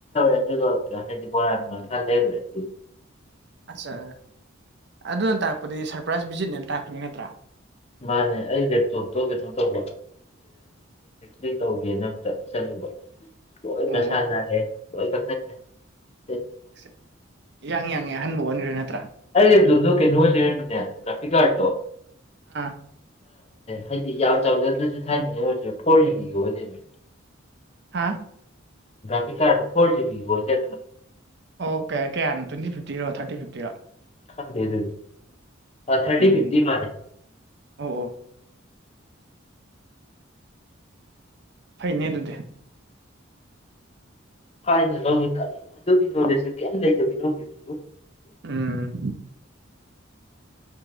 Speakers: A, on the left; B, on the right.
A: ꯑꯗꯨ ꯍꯥꯏꯗꯤꯣꯔ ꯈꯗ ꯑꯗꯨ <inaudible>
B: ꯑꯠꯆꯥ ꯑꯗꯨꯅ ꯇꯥꯛꯄꯗꯤ ꯁꯔꯄ꯭ꯔꯥꯏꯁ ꯚꯤꯖꯤꯠꯅꯦꯅ ꯇꯥꯛꯄꯅꯤ ꯅꯠꯇ꯭ꯔꯥ
A: ꯃꯥꯅꯦ ꯑꯩ ꯂꯦꯞꯇꯣꯞꯇꯣ ꯀꯩꯅꯣ ꯇꯧꯕ ꯔꯤ ꯇꯧꯒꯦꯅ ꯑꯝꯇ ꯆꯠꯂꯨꯕ ꯀꯣꯏ
B: ꯑꯣ
A: ꯃꯁꯥ ꯂꯩꯦꯣꯏ ꯐ <inaudible>
B: ꯑꯁ ꯌꯥꯡꯉ ꯌꯥꯡꯉ ꯑꯍꯟꯕ ꯑꯣꯟꯈ꯭ꯔꯣ ꯅꯠꯇ꯭ꯔꯥ
A: ꯑꯩ ꯑꯗꯨꯗꯣ ꯀꯩꯅꯣ ꯑꯣꯏ ꯂꯩꯔꯝꯃꯤꯅꯦ ꯒ꯭ꯔꯥꯐꯤ ꯀꯥꯔꯠꯇꯣ
B: ꯍꯥ
A: ꯍꯥꯏꯗꯤ ꯌꯥꯝ ꯆꯥꯎꯖꯗ꯭ꯔꯁꯨ ꯊꯥꯏꯅꯤꯡꯉꯦ ꯑꯣꯏꯔꯁꯨ ꯐꯣꯔ ꯖꯤꯕꯤꯒ ꯑꯣꯏꯗꯅꯦ
B: ꯍꯥꯥ
A: ꯕꯤ ꯇ ꯐꯣꯔ ꯖꯤꯕꯤꯒꯤ ꯋꯥꯣ <inaudible>
B: ꯑꯣ ꯀꯦ ꯀꯌꯥꯅꯣ꯭ꯋꯦꯟꯇꯤꯇꯤꯔꯣ ꯊꯥꯔꯇꯤ ꯐꯤꯐꯇꯤꯔꯣ
A: ꯍ ꯑꯗꯨ ꯊꯔꯇꯤ
B: ꯎꯝ
A: ꯐꯤꯐꯇꯤ ꯃꯥꯅꯦꯦ
B: ꯑꯣ ꯑꯣ ꯐꯩꯅꯦ ꯑꯗꯨꯗꯤ
A: ꯍꯥꯏꯥꯏꯅ ꯂꯧꯋ ꯀꯔꯤꯅꯣ ꯑꯗꯨꯒꯤ ꯅꯣꯂꯦꯖꯁꯨ ꯀꯔꯤꯝ ꯂꯩꯇꯕꯤꯅꯣ ꯌꯦꯦꯝꯕꯨ <inaudible>
B: ꯎꯝ